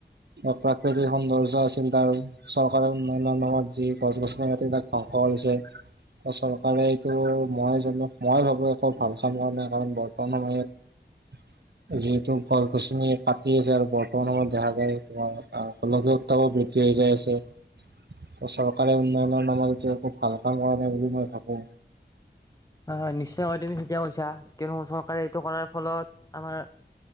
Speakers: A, on the right; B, on the left.
A: অ' প্ৰাকৃতিক সৌন্দৰ্য আছিল তাৰ। চৰকাৰৰ উন্নয়নৰ নামত যি গছ-গছনি কাটি তাত ধ্বংস কৰিছে। চৰকাৰে এইটো মই মই ভাবো একো ভাল কাম হোৱা নাই। কাৰণ বৰ্তমান সময়ত যিহেতু গছ-গছনি কাটি আছে আৰু বৰ্তমান সময়ত দেখা যায় তোমাৰ <unintelligible> <unintelligible> বৃদ্ধি হয় যায় আছে। ত' চৰকাৰে উন্নয়নৰ নামত সেইটো একো ভাল কাম কৰা নাই বুলি মই ভাবো।
B: হয় হয় নিশ্চয়কৈ তুমি ঠিকেই কৈছা। কিয়নো চৰকাৰে এইটো কৰাৰ ফলত আমাৰ